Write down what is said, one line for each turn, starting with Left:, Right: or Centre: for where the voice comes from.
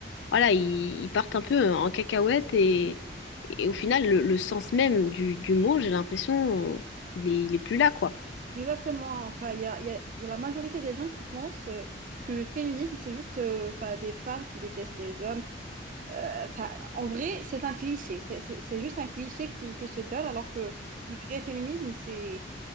Left: voilà, ils, ils partent un peu en cacahuète et, et au final, le, le sens même du, du mot, j'ai l'impression, on- il est, il est plus là, quoi.
Right: Exactement. Enfin, il y a, il y a- il y a la majorité des gens qui pensent euh, que le féminisme, c'est juste euh, 'fin, des femmes qui détestent les hommes. Euh, 'fin, en vrai, c'est un cliché. C'est c'est- c'est juste un cliché qui, qui se donne, alors que le vrai féminisme, c'est...